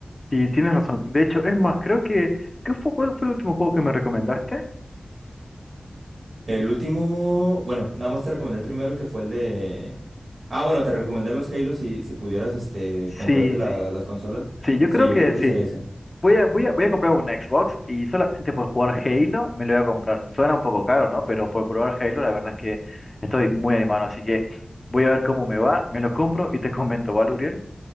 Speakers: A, on the left; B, on the right.
A: Sí, tienes razón. De hecho, es más, creo que... ¿qué fue, cuál fue el último juego que me recomendaste?
B: El último, bueno, nada más te recomendé el primero que fue el de... Ah, bueno, te recomendé los Halo si, si pudieras este,
A: Sí,
B: comprarte la-
A: sí.
B: las consolas.
A: Sí, yo
B: Sí,
A: creo
B: yo
A: que
B: creo que
A: sí.
B: sería ese.
A: Voy a, voy a, voy a comprar un Xbox y solamente por jugar Halo me lo voy a comprar. Suena un poco caro, ¿no? Pero por probar Halo, la verdad es que estoy muy animado, así que voy a ver cómo me va, me lo compro y te comento, ¿vale, Uriel?